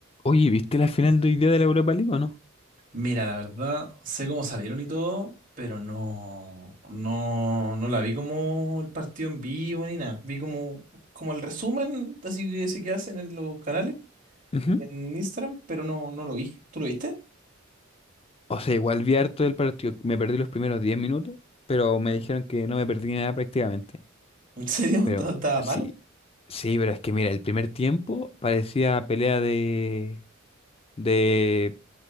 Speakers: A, on the left; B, on the right.
A: Oye, ¿viste la final de hoy día de la Europa League o no?
B: Mira, la verdad, sé cómo salieron y todo, pero no, no, no la vi como el partido en vivo ni nada. Vi como, como el resumen, así que ese que hacen en los canales
A: Ujú.
B: y en Instagram, pero no, no lo vi. ¿Tú lo viste?
A: O sea, igual vi harto del partido. Me perdí los primeros 10 minutos, pero me dijeron que no me perdí nada prácticamente.
B: ¿En serio?
A: Pero
B: <laughs> ¿Estaba estaba
A: sí,
B: malo?
A: sí, pero es que mira, el primer tiempo parecía pelea de, de,